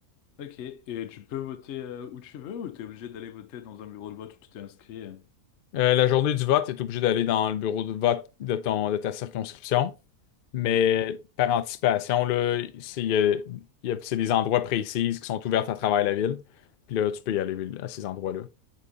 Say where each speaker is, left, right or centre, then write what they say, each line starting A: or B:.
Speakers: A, on the left (about 60°); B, on the left (about 80°).
A: Ok, et tu peux voter euh, où tu veux ou t'es obligé d'aller voter dans un bureau de vote où tu t'es inscrit? euh
B: Euh, la journée du vote, tu es obligé d'aller dans le bureau de vote de ton, de ta circonscription, mais
A: Ok.
B: par anticipation, là, c'est euh, il y a- c'est des endroits précis qui sont ouverts à travers la ville, puis là, tu peux y aller à ces endroits-là.